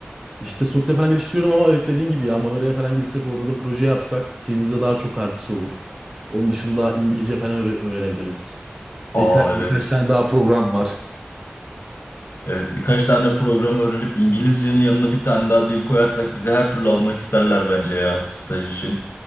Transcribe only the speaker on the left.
Aa
evet.
Evet birkaç tane program öğrenip İngilizcenin yanına bir tane daha dil koyarsak bizi her türlü almak isterler bence ya staj için.